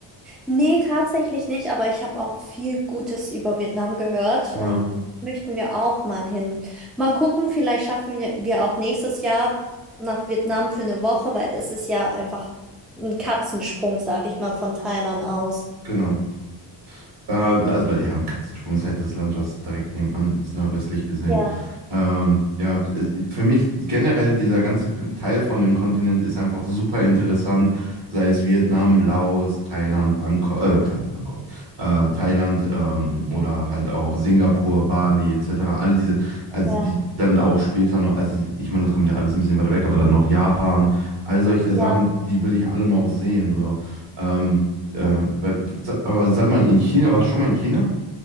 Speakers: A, in the centre; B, on the right.
A: Nee, tatsächlich nicht, aber ich habe auch viel Gutes über Vietnam gehört
B: Ja,
A: und möchten wir auch mal hin. Mal gucken, vielleicht schaffen wir wir auch nächstes Jahr nach Vietnam für eine Woche, weil es ist ja einfach ein Katzensprung, sag ich mal, von Thailand aus.
B: genau. Ja, also, weil, ja, Katzensprung ist halt das Land, was direkt nebenan ist, ne, östlich gesehen.
A: Ja,
B: Ähm, ja, es- für mich generell dieser ganze Teil von dem Kontinent ist einfach super interessant, sei es Vietnam, Laos, Thailand, Bangkok, äh, Thailand, Bangkok, äh, Thailand ähm, oder halt auch Singapur, Bali etc. All diese, also
A: ja,
B: die dann auch später noch, also ich meine, das kommt ja alles ein bisschen weiter weg, aber dann noch Japan, all solche
A: ja.
B: Sachen, die will ich alle noch sehen, so. Ähm, äh, bei- sa- aber sag mal, in China, warst du schon mal in China?